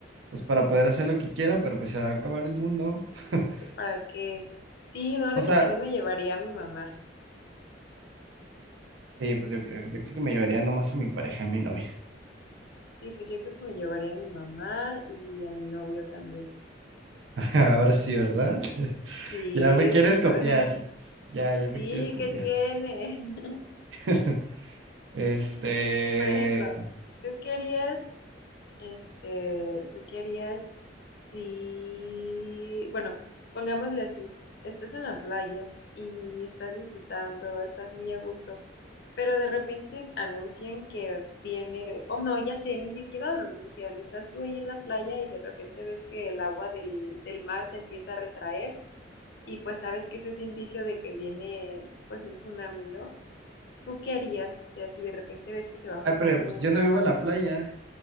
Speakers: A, on the right; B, on the left.
A: pues para poder hacer lo que quiera, pero pues se va a acabar el mundo. <laughs>
B: pues, para que, sí, no, de
A: O
B: hecho
A: sea,
B: también me llevaría a mi mamá.
A: sí, pues yo creo, yo creo que me llevaría nomás a mi pareja, a mi novia.
B: Sí, pues yo creo que me llevaría a mi mamá y a mi novio también.
A: <laughs> Ahora sí, ¿verdad? <laughs>
B: Sí,
A: Ya me quieres
B: pues soy-
A: copiar.
B: <laughs>
A: Ya, ya me
B: sí,
A: quieres copiar.
B: ¿qué tiene? <laughs>
A: <laughs> Este.
B: Por ejemplo, tú querías, este, tú querías, sí, bueno, pongámosle así, estás en la playa y estás disfrutando, estás muy a gusto, pero de repente anuncian que viene, oh no, ya sé, ni siquiera lo anuncian, estás tú ahí en la playa y de repente ves que el agua del, del mar se empieza a retraer. y pues sabes que eso es indicio de que viene pues un tsunami, ¿no? ¿Tú qué harías? O sea, si de repente ves que se va formando
A: Ay, pero pues
B: una
A: yo no vivo
B: ola.
A: en la playa.